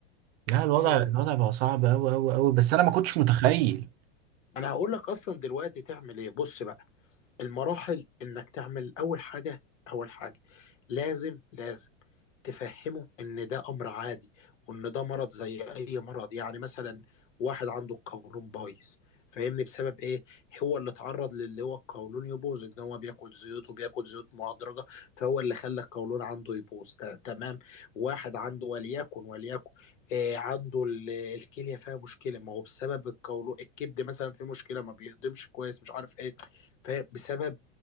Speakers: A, on the right (about 60°); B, on the left (about 85°).
A: لا الوضع
B: امم
A: الوضع بقى صعب قوي قوي قوي بس انا ما كنتش متخيل
B: انا هقول لك اصلا دلوقتي تعمل ايه بص بقى المراحل انك تعمل اول حاجه اول حاجه لازم لازم تفهمه ان ده امر عادي وان ده مرض زي اي مرض يعني مثلا واحد عنده القولون بايظ فاهمني بسبب ايه هو اللي اتعرض للي هو القولون يبوظ ان هو بياكل زيوت وبياكل زيوت مهدرجه فهو اللي خلى القولون عنده يبوظ ت- تمام واحد عنده وليكن وليكن آه عنده ال- الكليه فيها مشكله ما هو بسبب القولون الكبد مثلا فيه مشكله ما بيهضمش كويس مش عارف ايه فبسبب